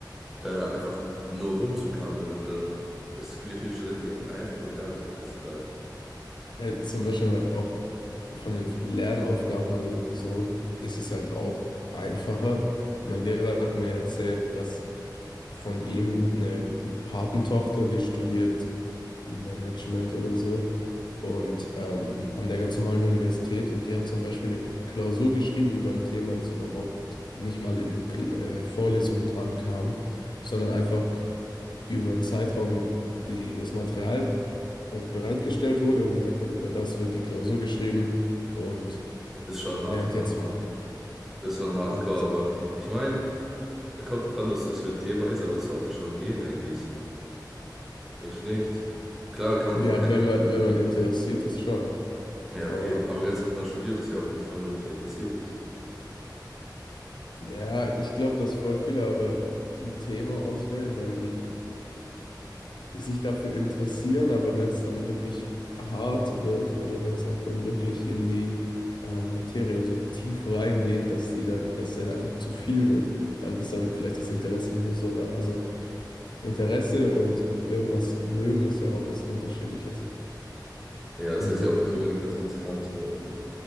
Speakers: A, in the centre; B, on the left.
A: äh, einfach nur rumzugammeln. Und dann, es gibt ja viele Studenten, die einfach nur gammeln den ganzen Tag.
B: Ja, zum Beispiel auch von den Lernaufgaben oder so ist es halt auch einfacher. Mein Lehrer hat mir erzählt, dass von ihm, ne, die Patentochter, die studiert Management oder so und ähm, an der ganz normalen Universität und die hat zum Beispiel eine Klausur geschrieben über ein Thema, das überhaupt nicht mal in Kl- äh, Vorlesungen dran kam, sondern einfach über einen Zeitraum, die das Material halt bereitgestellt wurde und gesagt hat, über das wird die Klausur geschrieben und
A: Das ist schon
B: lernt
A: hardcore.
B: jetzt mal.
A: Das ist schon hardcore.
B: Und
A: Aber ich meine. Kommt drauf an, was das für ein Thema ist, aber das sollte schon gehen eigentlich. Denkst du nicht? Klar, kann,
B: ja,
A: man man kann
B: wenn
A: ja.
B: man, wenn man interessiert ist, schon,
A: Ja,
B: aber.
A: okay. Aber ganz ehrlich, man studiert das ja auch nicht, wenn man nicht interessiert ist.
B: Ja, ich glaube, dass voll viele aber ein Thema auswählen, weil die sich dafür interessieren, aber wenn es dann wirklich hart wird oder wenn es auch dann wirklich in die äh, Materie so tief reingeht, dass die dann, dass dann einfach zu viel wird, dann ist dann vielleicht das Interesse nicht mehr so da. Also Interesse und, und irgendwas mögen ist ja auch was Unterschiedliches.
A: Ja, das
B: Also,
A: heißt ja auch nicht unbedingt, dass man es kann, zum Beispiel.